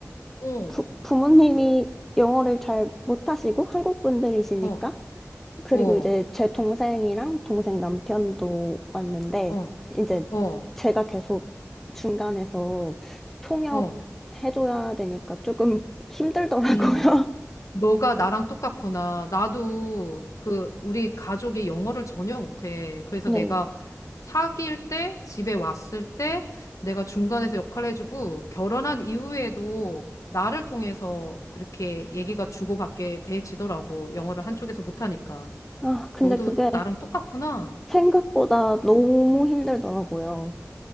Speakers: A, on the left; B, in the centre.
A: 어,
B: 부, 부모님이 영어를 잘 못하시고 한국 분들이시니까
A: 어,
B: 그리고
A: 어,
B: 이제 제 동생이랑 동생 남편도 왔는데
A: 어,
B: 이제
A: 어,
B: 제가 계속 중간에서 통역
A: 어,
B: 해줘야 되니까 조금 힘들더라고요.
A: 음.
B: <laughs>
A: 너가 나랑 똑같구나. 나도 그 우리 가족이 영어를 전혀 못해. 그래서
B: 네.
A: 내가 사귈 때, 집에 왔을 때 내가 중간에서 역할을 해주고 결혼한 이후에도 나를 통해서 이렇게 얘기가 주고받게 돼지더라고. 영어를 한쪽에서 못하니까.
B: 아, 근데
A: 너도
B: 그게
A: 나랑 똑같구나.
B: 생각보다 너무 힘들더라고요.